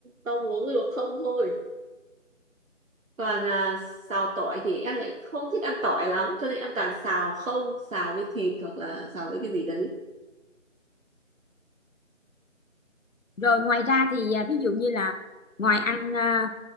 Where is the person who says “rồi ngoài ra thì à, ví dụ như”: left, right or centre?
Left